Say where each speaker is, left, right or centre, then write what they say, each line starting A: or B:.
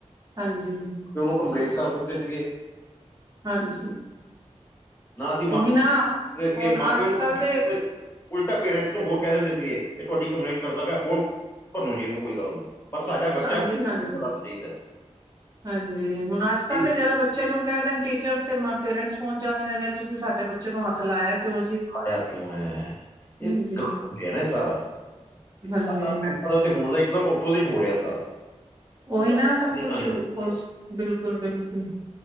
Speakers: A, on the right; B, on the left.
A: ਹਾਂਜੀ।
B: ਤੇ ਉਹਨੂੰ ਕੰਪਲੇਂਟ ਕਰ ਸਕਦੇ ਸੀਗੇ।
A: ਹਾਂਜੀ।
B: ਨਾ ਅਸੀਂ ਮੰਗਦੇ
A: ਉਹੀ ਨਾ
B: ਸੀਗੇ,
A: ਹੁਣ
B: ਮਾਂ-ਪਿਓ
A: ਅੱਜ
B: ਨੂੰ,
A: ਕੱਲ ਦੇ
B: ਤੇ ਉਲਟਾ ਪੇਰੈਂਟਸ ਨੂੰ ਹੋਰ ਕਹਿ ਦਿੰਦੇ ਸੀਗੇ, ਇਹ ਤੁਹਾਡੀ ਕੰਪਲੇਂਟ ਕਰਦਾ ਪਿਆ ਹੋਰ, ਭੰਨੋ ਜੀ ਇਹਨੂੰ ਕੋਈ ਗੱਲ ਨਹੀਂ। ਪਰ ਸਾਡਾ ਬੱਚਾ
A: ਹਾਂਜੀ
B: <inaudible> ਲੱਗ
A: ਹਾਂਜੀ
B: ਚਾਹੀਦਾ।
A: ਹਾਂਜੀ, ਹੁਣ ਅੱਜ-ਕੱਲ
B: ਇਹ
A: ਤੇ ਜਰਾ ਬੱਚਿਆਂ ਨੂੰ ਕਹਿ ਦੇਣ ਟੀਚਰਸ ਤੇ ਪੇਰੈਂਟਸ ਪਹੁੰਚ ਜਾਂਦੇ ਨੇ। ਤੁਸੀਂ ਸਾਡੇ ਬੱਚੇ ਨੂੰ ਹੱਥ ਲਾਇਆ ਕਿਉਂ ਜੀ।
B: ਆਇਆ ਕਿਉਂ ਐਂ? ਇਹ
A: ਹਾਂਜੀ
B: ਗਲਤ ਹੋਗਿਆ ਨਾ, ਇਹ ਸਾਰਾ। ਇਹ
A: ਹਾਂਜੀ।
B: ਸਾਰਾ ਦਾ ਤੇ ਹੁਣ ਦਾ ਇੱਕਦਮ ਓਪੋਜਿਟ ਹੋ ਰੇਆ ਸਾਰਾ। ਉਤਾਰ
A: ਓਹੀ ਨਾ ਸਭ
B: ਵਾਲੀ
A: ਕੁਛ
B: ਕਹਾਣੀ
A: <unintelligible>
B: ਹੋ ਰਹੀ ਹੈ
A: ਬਿਲਕੁਲ-ਬਿਲਕੁਲ